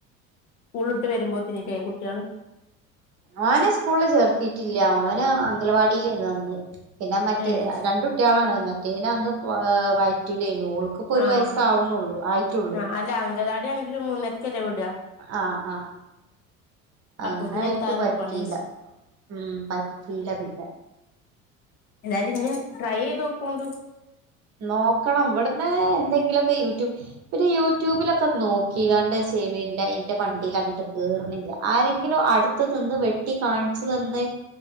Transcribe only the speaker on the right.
ഓനെ സ്കൂളില് ചേർത്തിട്ടില്ല ഓനെ അംഗലവാടിയിലാണ് അന്ന്. പിന്നെ മറ്റേ
രണ്ട് കുട്ടികളാണ് മറ്റേതിനെ അന്ന് വയറ്റിലേന്നു. ഇപ്പൊ ഒരു
വയസ് ആവുന്നുള്ളൂ ആയിട്ടൊള്ളൂ.
ആഹ് ആഹ അങ്ങനായിട്ട്
പറ്റില്ല
ഉം പറ്റില്ല പിന്നെ.
നോക്കണം ഇവിടുന്ന് എന്തെങ്കിലുമൊക്കെ യൂട്യൂബ്. പിന്നെ യൂട്യൂബിലൊക്കെ നോക്കി കാണ്ട് ചെയ്യ്ണ ഇന്റെ ഇന്റെ മണ്ടെ ൽ അങ്ങട്ട് കേറുന്നില്ല ആരെങ്കിലും അടു ത്ത് നിന്ന് വെട്ടി കാണിച്ചു തന്ന്